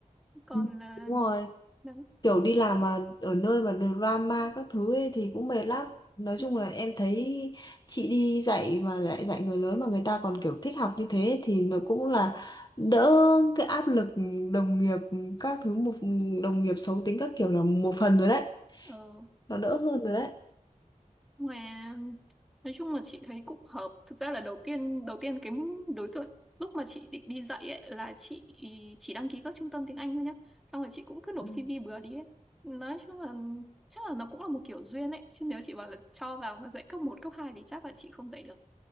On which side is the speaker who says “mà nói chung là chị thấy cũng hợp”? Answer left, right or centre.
Centre